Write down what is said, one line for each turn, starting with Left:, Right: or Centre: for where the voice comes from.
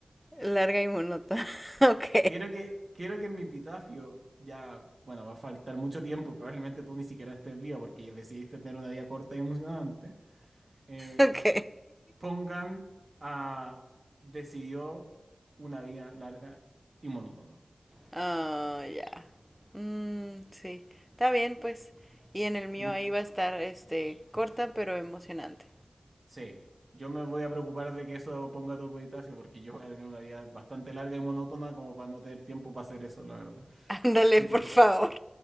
Centre: larga y monótona. <laughs> Ok.
Right: Quiero que, quiero que en mi epitafio, ya, bueno, va a faltar mucho tiempo y probablemente tú ni siquiera estés vivo porque ya decidiste tener una vida corta y emocionante, eh,
Centre: Ok.
Right: pongan a decidió una vida larga y monótona.
Centre: Ah, <laughs> oh, ya. Mm, sí. Está bien, pues. Y en el mío
Right: Mu-
Centre: ahí va a estar, este, corta pero emocionante.
Right: sí, yo me voy a preocupar de que eso ponga tu epitafio porque yo voy a tener una vida bastante larga y monótona como para no tener tiempo para hacer eso, la verdad.
Centre: <laughs> Ándale,
Right: Así
Centre: por
Right: que
Centre: favor.